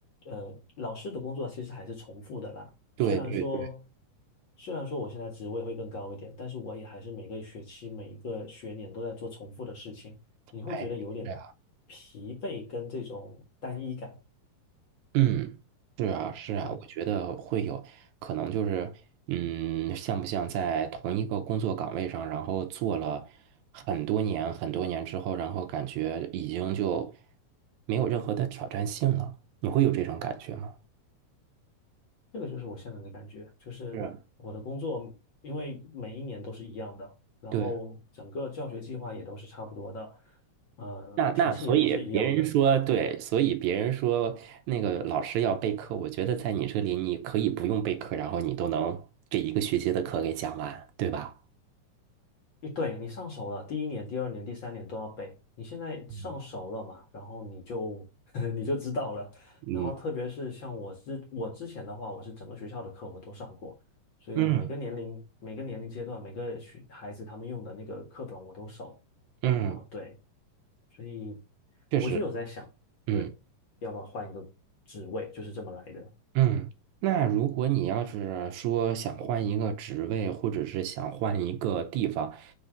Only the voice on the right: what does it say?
对对对，
哎。是
嗯，是啊，是啊，
我觉得会有可能就是，嗯，像不像在同一个工作岗位上，然后做了很多年、很多年之后，然后感觉已经就没有任何的挑战性了，你会有这种感觉吗？
是。
对，
那那所以别人说对，
所以别人说那个老师要备课，我觉得在你这里你可以不用备课，然后你都能这一个学期的课给讲完，对吧？
嗯
嗯
嗯，
嗯。
确实，
嗯
嗯，那如果你要是说想换一个职位，或者是想换一个地方，